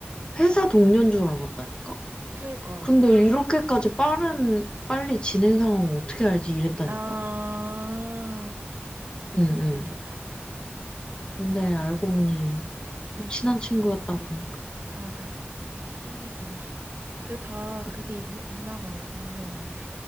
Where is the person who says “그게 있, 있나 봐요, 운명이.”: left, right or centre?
Right